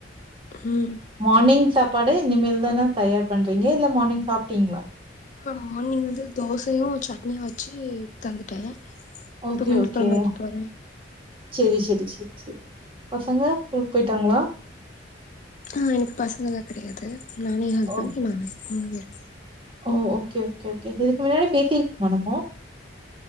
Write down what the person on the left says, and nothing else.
ம்
ஆ மார்னிங்க வந்து தோசையு சட்னியு வச்சு தந்துட்டே இப்ப
மீன்
கொழம்பு வைக்க போறே
ஆ எனக்கு பசங்கல்லா கெடையாது நானு எ ஹஸ்பண்ட்
எ மாமியாரு மூணு பேர்